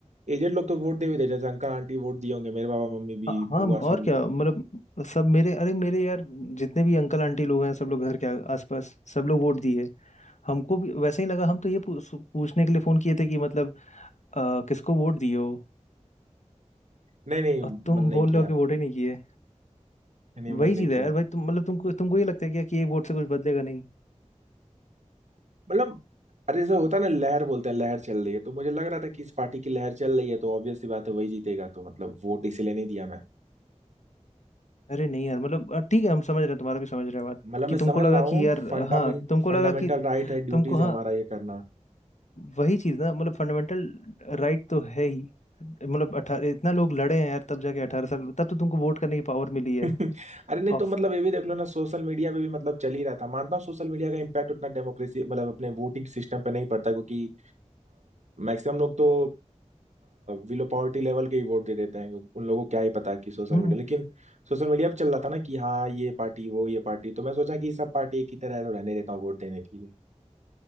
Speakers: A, on the right; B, on the left.
A: एजेड लोग तो वोट दे भी देते जैसे अंकल आंटी वोट दिए होंगे मेरे बाबा मम्मी भी
B: हाँ हाँ,
A: बुआ
B: और
A: सब
B: क्या मतलब सब मेरे अरे मेरे यार जितने भी अंकल आंटी लोग हैं सब लोग घर के आ- आसपास सब लोग वोट दिए हमको भी वैसे ही लगा हम तो ये पूछ, पूछने के लिए फोन किए थे कि मतलब आ, किसको वोट दिए हो
A: नहीं नहीं
B: और तुम
A: मन नहीं
B: बोल
A: किया
B: रहे हो कि वोट ही नहीं किए
A: नहीं
B: वही
A: मन नहीं
B: चीज़
A: किया
B: है यार भाई तुम मतलब तुमको तुमको ये लगता है क्या कि एक वोट से कुछ बदलेगा नहीं
A: मतलब अरे जैसे होता है ना लहर बोलते हैं लहर चल रही है तो मुझे लग रहा था कि इस पार्टी की लहर चल रही है तो ऑब्वियस सी बात है वही जीतेगा तो मतलब वोट इसीलिए नहीं दिया मैं
B: अरे नहीं यार मतलब अ, ठीक है हम समझ रहे हैं तुम्हारा भी समझ रहे हैं बात
A: मतलब मैं
B: कि तुमको
A: समझ
B: लगा
A: रहा हूँ
B: कि यार
A: फंडामेंट
B: अ, हाँ तुमको
A: फंडामेंटल
B: लगा कि
A: राइट है ड्यूटीज
B: तुमको हाँ
A: है हमारा ये करना
B: वही चीज ना मतलब फंडामेंटल राइट तो है ही मतलब अठारह इतना लोग लड़े हैं यार तब जाके अठारह साल तब तो तुमको वोट करने की पावर मिली है
A: <laughs> अरे नहीं तो
B: ऑफ
A: मतलब ये भी देख लो ना सोशल मीडिया पे भी मतलब चल ही रहा था मानता हूँ सोशल मीडिया का इम्पैक्ट उतना डेमोक्रेसी मतलब अपने वोटिंग सिस्टम पे नहीं पड़ता क्योंकि मैक्सिमम लोग तो विलो पावर्टी लेवल के ही वोट दे देते हैं उन लोगों को क्या ही पता कि सोशल
B: हम्म
A: मीडिया लेकिन सोशल मीडिया पे चल रहा था ना कि हाँ ये पार्टी वो ये पार्टी तो मैं सोचा कि सब पार्टी एक ही तरह है तो रहने देता हूँ वोट देने के लिए